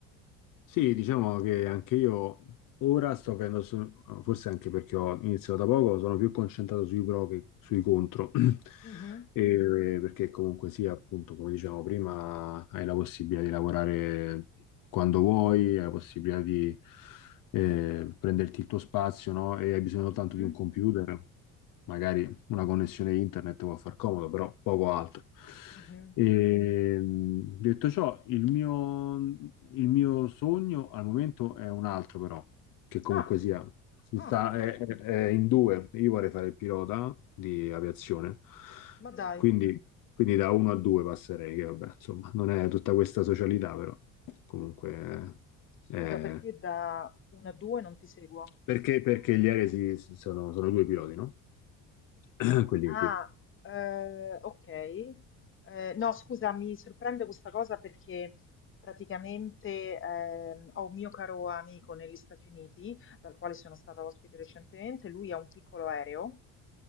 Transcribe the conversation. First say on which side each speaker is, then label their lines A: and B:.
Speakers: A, on the left; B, on the left.
A: Sì, diciamo che anche io ora sto avendo, so- forse anche perché ho iniziato da poco, sono più concentrato sui pro che sui contro. <clears throat>
B: Mhm,
A: E- perché comunque sia, appunto, come dicevamo prima, hai la possibilità di lavorare quando vuoi, hai la possibilità di eh, prenderti il tuo spazio, no? E hai bisogno soltanto
B: mhm,
A: di un computer, magari una
B: mhm,
A: connessione internet può far comodo, però poco altro.
B: mhm.
A: E, mh, detto ciò, il mio, il mio sogno al momento è un altro, però, che comunque
B: Ah,
A: sia, si
B: ah,
A: sta, è, è- è in due. Io vorrei fare il pilota di aviazione,
B: ma dai,
A: quindi, quindi da uno a due passerei, che vabbè, insomma, non è tutta questa socialità, però comunque...
B: scusa
A: eh,
B: perché da una a due non ti seguo?
A: perché, perché gli aerei si- sono, sono due piloti, no? <clears throat> Quelli
B: Ah,
A: che guidano.
B: eh, ok. Eh, no, scusa, mi sorprende questa cosa perché praticamente ehm, ho un mio caro amico negli Stati Uniti, dal quale sono stata ospite recentemente, lui ha un piccolo aereo,